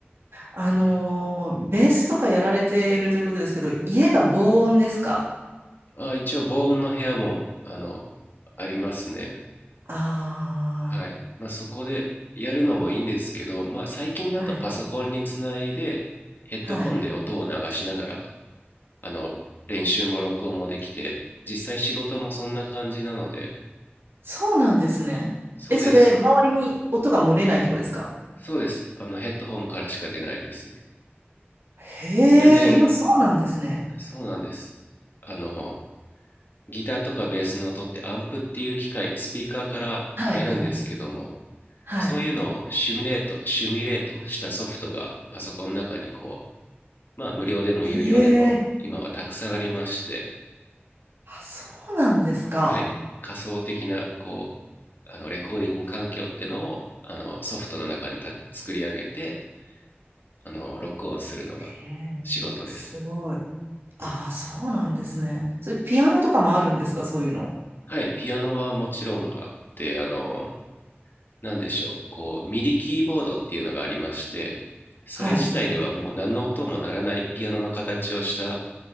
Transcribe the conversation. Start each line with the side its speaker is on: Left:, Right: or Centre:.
Right: あのーベースとかやられているということですけど、
Left: うん。
Right: 家が防音ですか
Left: ああ、一応防音の部屋も、あの、ありますね。
Right: あ
Left: はい。まあ、そこでやるのもいいんですけど、まあ、最近だとパソコンにつないで、
Right: あー、はい。
Left: ヘッドフォンで音を流しながら、
Right: はい。
Left: あの、練習も録音もできて、実際仕事もそんな感じなので、
Right: そうなんですね。
Left: そうです。
Right: え、それ、周りに音が漏れないってことですか
Left: そうです。あの、ヘッドホンからしか出ないですね。
Right: へえ、
Left: それで、
Right: 今そうなんですね。
Left: そうなんです。あの、ギターとかベースの音ってアンプっていう機械、スピーカーからなるんですけども、
Right: はいはい。はい。
Left: そういうのをシミュレート、シミュレートしたソフトがパソコンの中にこまあ無料でも有料でも今はたくさんありまして、
Right: ええあ、そうなんですか。
Left: はい、仮想的なこうあのレコーディング環境ってのをあのソフトの中でた作り上げてあの録音するのが
Right: え
Left: 仕事です。
Right: えすごい。ああ、
Left: うん、
Right: そうなんですね。それピアノとかもあるんですか、そういうの。
Left: はい、ピアノはもちろんあってあの何でしょうこうミディキーボードっていうのがありましてそれ自体ではもう何の音も鳴らないピアノの形をした
Right: はい。